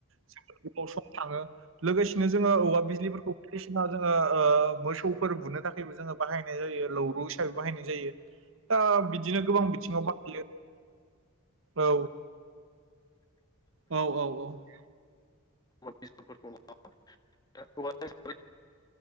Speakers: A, on the right (about 65°); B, on the left (about 20°).
A: सम थांङो लोगोसेनो जोंङो औवा बिजलिफोरखौ बायदिसिना जोङो मोसौफोर बुनो थाखायबो जोंङो बाहायनाय जायो लौरु हिसाबै बाहायनाय जा जायो दा बिदिनो गोबां बिथिङाव बाहायो औ। औ औ औ
B: औवा बिजलिफोरखौ <inaudible> <unintelligible>